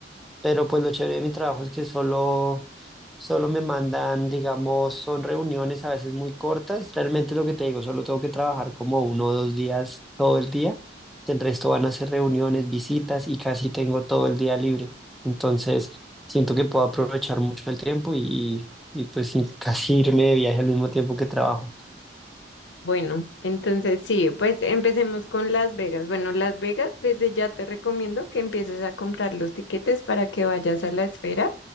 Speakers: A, in the centre; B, on the left (about 85°).
A: pero pues lo chévere de mi trabajo es que solo, solo me mandan, digamos, son reuniones a veces muy cortas. Realmente lo que te digo, solo tengo que trabajar como uno o dos días todo el día. El resto van a ser reuniones, visitas y casi tengo todo el día libre. Entonces, siento que puedo aprovechar mucho el tiempo y, y pues sin- casi irme de viaje al mismo tiempo que trabajo.
B: Bueno, entonces sí, pues empecemos con Las Vegas. Bueno, Las Vegas, desde ya te recomiendo que empieces a comprar los tiquetes para que vayas a la esfera,